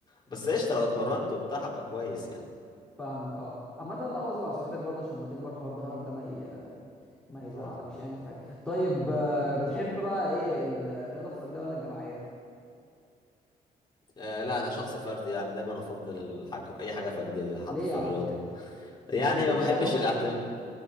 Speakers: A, on the left (about 30°); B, in the centre.
A: بس قشطه لو اتمرنت وبتاع هبقى كويس يعني
B: فاهمك اه عامة لا واظب على صحتك برضه عشان ما تكبر حوار ظهرك ده ما ي... ما يزعلكش
A: اه
B: يعني في حاجة طيب آه، بتحب بقى ايه ال- الرياضة الفردية ولا الجماعية؟
A: آه، لا انا شخص فردي يعني دايما افضل الحاجه اي حاجه فرديه حتى
B: ليه
A: في
B: يا عم
A: الرياضه
B: كده؟
A: يعني
B: ما انت
A: ما
B: لسه
A: بحبش
B: قايل باسكت
A: الاعتماد